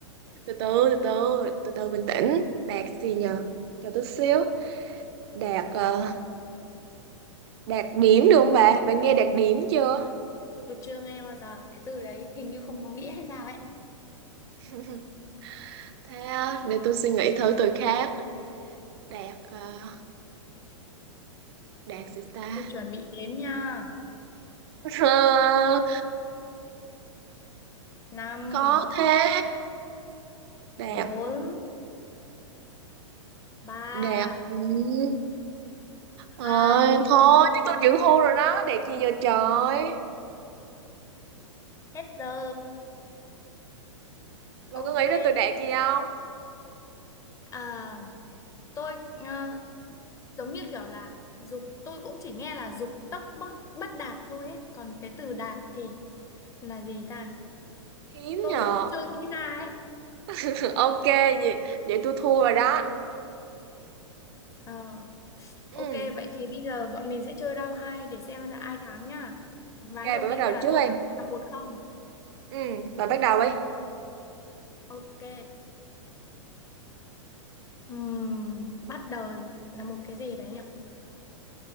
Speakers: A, on the right; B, on the left.
A: Từ từ từ từ từ từ bình tĩnh. Đạt gì nhờ? Cho tôi xíu. Đạt ờ, đạt điểm được không bà? Bà nghe đạt điểm chưa?
B: tôi chưa nghe bao giờ cái từ đấy hình như không có nghĩa hay sao ấy
A: <laughs> Thế ờ,
B: Đạt
A: để tôi suy nghĩ thử từ khác. Đạt ờ, đạt gì ta?
B: tôi chuẩn bị đếm nha
A: <laughs> Ờ,
B: năm
A: có thế. Đạt
B: bốn ba
A: đạt ừm, Thôi,
B: hai
A: thôi, chứ tôi chịu thua rồi đó, đẹp gì giờ trời.
B: hết giờ
A: Bà
B: ok
A: có nghĩ đến tôi đẹp gì không?
B: à, tôi ờ, giống như kiểu là dục tôi cũng chỉ nghe là dục tốc bất bất đạt thôi ấy còn cái từ đạt thì là gì ta
A: Hiếm
B: tôi
A: nhờ.
B: cũng chưa nghĩ ra ấy
A: <laughs> Ok, vậy, vậy tôi thua rồi đó.
B: Ờ
A: Ừ,
B: Ok, vậy thì bây giờ bọn mình sẽ chơi round 2 để xem là ai thắng nha. Ván
A: ok,
B: đầu
A: bà bắt
B: tiên
A: đầu
B: là
A: trước
B: tôi
A: đi.
B: thắng là một không.
A: Ừ, bà bắt đầu đi.
B: Ok. Ừm, bắt đầu là một cái gì đấy nhỉ?